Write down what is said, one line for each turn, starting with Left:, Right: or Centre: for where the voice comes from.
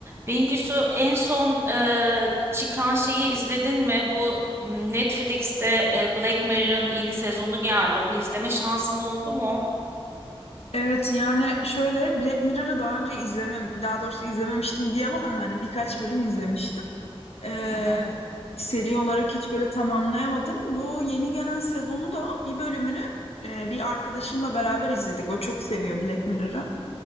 Right: Bengisu en son e, çıkan şeyi izledin mi? Bu m, Netflix'te e, Black Mirror'ın yeni sezonu geldi. Onu izleme şansın oldu mu?
Left: Evet yani şöyle Black Mirror'ı daha önce izlemem, daha doğrusu izlememiştim diyemem ama hani birkaç bölüm izlemiştim. Ee,
Right: Hı hı,
Left: seri olarak hiç böyle tamamlayamadım. Bu yeni gelen sezonu da bir bölümünü e, bir arkadaşımla beraber izledik. O çok seviyor Black Mirror'ı.